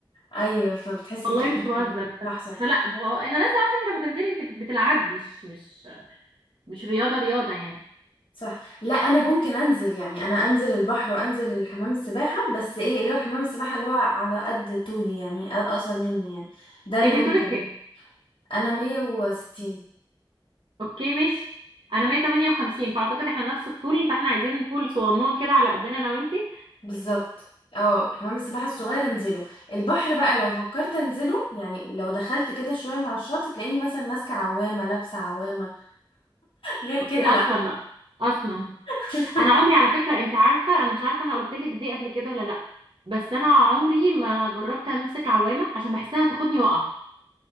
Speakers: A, on the left; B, on the right.
A: ايوه فبتحسي
B: والله
A: بتقلي
B: مش بهزر
A: فعلا.
B: ف...
A: صح صح
B: فلا ما هو أنا نازلة عارفة أنت لما تنزلي أنت بتلعبي مش مش مش رياضة رياضة يعني
A: صح لا انا ممكن انزل يعني انا انزل البحر وانزل الحمام السباحه بس ايه اللي هو حمام السباحه اللي هو على قد طولي يعني أ- اقصر مني يعني ده اللي
B: أنت
A: ممكن
B: طولك كام؟
A: انا 160
B: أوكي ماشي أنا 158 فأعتقد إحنا نفس الطول فإحنا عايزين طول صغنون كده على قدنا أنا وأنتي
A: بالظبط اه حمام السباحة الصغير انزله البحر بقى لو فكرت انزله يعني لو دخلت كده شوية من على الشط تلاقيني مثلا ماسكة عوامة لابسة عوامة غير
B: أوكي
A: كده
B: أصلا
A: لا
B: بقى أصلا
A: <laughs>
B: انا عمري على فكره انت عارفه انا مش عارفه انا قلت لك دي قبل كده ولا لا بس انا عمري ما جربت امسك عوامه عشان بحسها تاخدني وقع